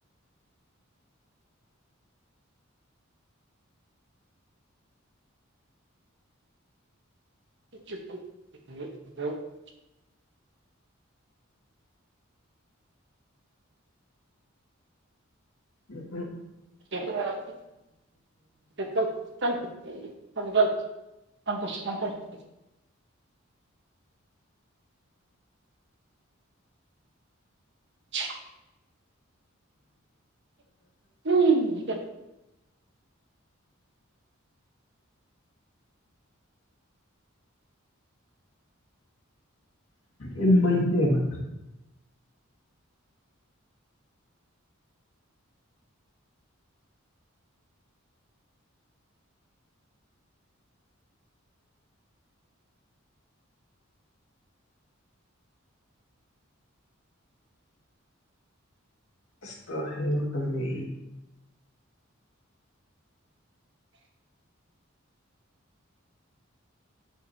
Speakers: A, on the right; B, on the left.
A: <inaudible> <inaudible>
B: ꯎꯝ ꯎꯝ
A: <unintelligible> <unintelligible> <unintelligible> ꯁꯦ ꯆꯂꯣ ꯎꯝ ꯍ
B: ꯑꯦ ꯃꯩꯇꯩꯅ ꯁꯁꯇꯥꯍꯜ ꯑꯂꯤ